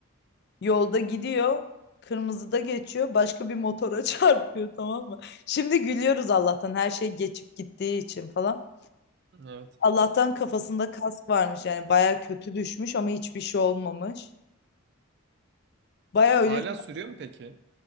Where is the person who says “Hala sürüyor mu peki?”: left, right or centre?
Right